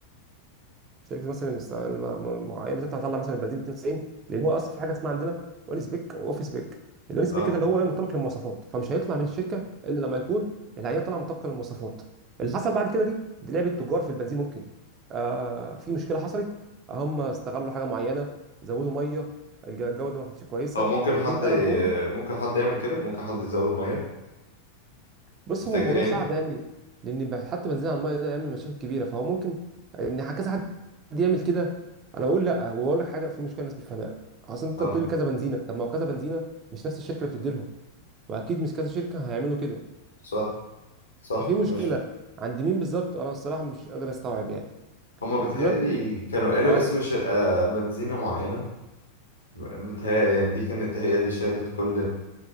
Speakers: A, on the right (about 30°); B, on the left (about 70°).
A: شركه مثلا الس- الم- الم- معينه تطلع تطلع مثلا البنزين 92 لان هو اصلا في حاجه اسمها عندنا اون سبيك واوف سبيك الاون سبيك
B: اه
A: ده اللي هو إيه؟ مطابق للمواصفات فمش هيطلع من الشركه الا لما يكون العينه طالعه مطابقه للمواصفات اللي حصل بعد كده دي دي لعبه تجار في البنزين ممكن آه في مشكله حصلت هم استغلوا حاجه معينه زودوا ميه الج- الجوده ما كانتش كويسه
B: طب ممكن
A: فدي
B: حد ي...
A: انا بقول
B: ممكن حد يعمل كده ممكن حد يزود ميه
A: بص
B: تفتكر
A: هو موضوع
B: يعني
A: صعب يعني لان ب- حتى بنزين على الميه ده يعمل مشاكل كبيره فهو ممكن ان كذا حد يعمل كده انا بقول لا هو اقول لك حاجه في مشكله الناس مش فاهمها اصل انت
B: اه
A: بتقول لي كذا بنزينه طب ما هو كذا بنزينه مش نفس الشركه اللي بتدي لهم واكيد مش كذا شركه هيعملوا كده
B: صح صح
A: ففي مشكله
B: مش
A: عند مين بالظبط انا الصراحه مش قادر استوعب يعني
B: هما بيتهيألي
A: انت دلوقتي
B: كانوا قالوا
A: اه
B: اسم شركة بنزينة معينة بيتهيألي يعني دي كانت هي اللي شالت كل